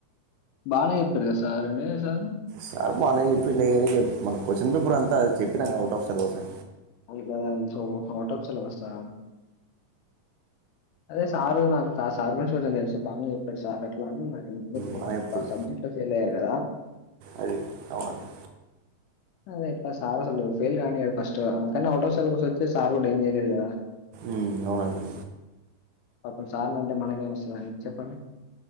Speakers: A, on the left (about 80°); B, on the right (about 75°).
A: బానే చెప్పారు కదా సార్ అండి సార్
B: సార్ బానే చెప్పి లే మన క్వశ్చన్ పేపర్ అంతా చెప్పినాక అవుట్ ఆఫ్షన్ కోసం
A: అట్ అందు హటప్ సెలవా సార్ అదే సార్ నాకు సార్ గు కొంచెం తెలుసు బాగానే చెప్పాడు సార్ అట్లా అంటన్నారు ఇం
B: మన ఎప్పుడు
A: సబ్జెక్ట్ ఫేయిలయ్యారు
B: అది అవునండి
A: అదే ఎట్లా సారా ఫెల్ కా కానీ ఆటో సస్ వచ్చ స డేంజర్ చే
B: ఉమ్, అవునండి
A: పాపం సార్లు అంటే మనకేం వస్తుందిని చెప్పండి